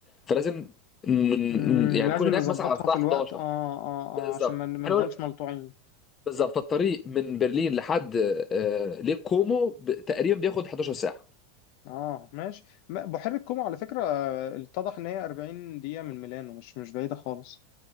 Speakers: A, on the left; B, on the left.
A: فلازم ن-
B: مم.
A: ن- يعني
B: لازم
A: نكون هناك
B: نظبطها
A: مثلا على الساعه
B: في الوقت
A: 11
B: اه اه اه
A: بالظبط
B: عشان ما ما
A: احنا
B: نفضلش
A: نقول
B: ملطوعين
A: بالظبط فالطريق من برلين لحد آه، ليك كومو ب- تقريبا بياخد 11 ساعه
B: اه ماشي ما- بحيرة كومو على فكرة آه، اتضح ان هي 40 دقيقة من ميلانو مش مش بعيدة خالص